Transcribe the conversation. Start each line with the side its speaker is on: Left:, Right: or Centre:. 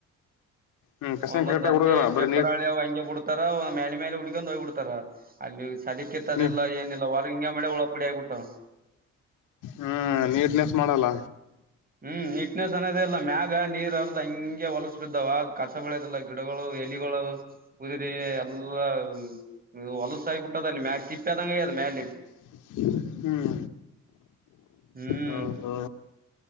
Left: ಹ್ಮ್ ಕಸನ್
Right: ಒಂದೊಂದ್
Left: ಕರೆಕ್ಟಾಗಿ
Right: ಅಲ್ಲಿ
Left: ಹುಡುಗಲ್ಲ
Right: ಪೇಪರ್
Left: ಬರೀ ನೀಟ್
Right: ಹಳಿಅವ ಹಂಗೆ ಬಿಡ್ತ <unintelligible> ಮೇಲೆ ಮೇಲೆ ಹುಡ್ಕೊಂಡು ಹೋಗ್ಬ ಬಿಡ್ತಾರ ಅಲ್ಲಿ ಸದಕ್ಕಿತ್ತದೆಲ್ಲ
Left: ನೀ
Right: ಏನಿಲ್ಲ ಹೊರ್ಗಿ ಹಿಂಗೇ ಮಳೆ ಉಳ ಪುಡಿ ಆಗಿಬಿಟ್ಟ್ನು
Left: ಹ್ಮ್ ನೀಟ್ನೆಸ್ ಮಾಡಲ್ಲ
Right: ಹ್ಮ್ ನೀಟ್ನೆಸ್ ಅನ್ನೋದ ಇಲ್ಲ ಮ್ಯಾಗ ನೀರ್ ಹರ್ದ್ ಹಂಗೆ ಹೊಲಸ ಬಿದ್ದಾವ ಕಸ ಬೆಳೆಯದಲ್ಲ ಗಿಡಗಳು ಎಲಿಗಳು ಉದರಿ ಎಲ್ಲಾ ನೀ ಹೊಲಸ ಆಗಿಬಿಟ್ಟದ ಅಲ್ಲಿ ಮ್ಯಾಲೆ ತಿಪ್ಪದಂಗೆ ಅದ ಮೇಲೆ
Left: <unintelligible> ಹ್ಮ್
Right: ಹ್ಮ್
Left: ಹೌದೌ